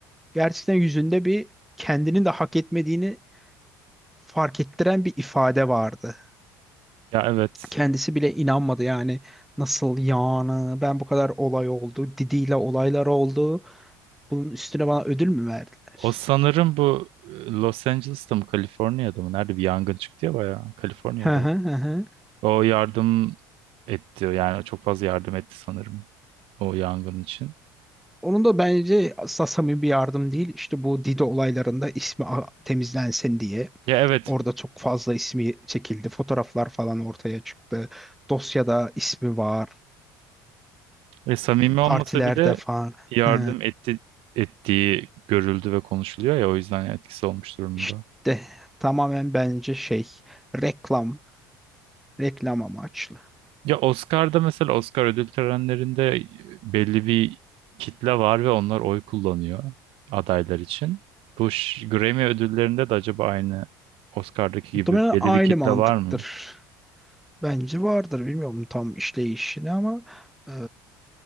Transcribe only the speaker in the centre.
gerçekten yüzünde bir kendinin de hak etmediğini fark ettiren bir ifade vardı.
Kendisi bile inanmadı yani nasıl yani ben bu kadar olay oldu, Didi'yle olaylar oldu. Bunun üstüne bana ödül mü verdiler?
Hı hı hı. hı.
Onun da bence asla samimi bir yardım değil. İşte bu Didi olaylarında ismi a- temizlensin diye.
Orada çok fazla ismi çekildi. Fotoğraflar falan ortaya çıktı. Dosyada ismi var.
Partilerde
falan.
Hı.
İşte tamamen bence şey reklam. Reklam amaçlı.
Muhtemelen
aynı
mantıktır.
Bence vardır. Bilmiyorum tam işleyişini ama e,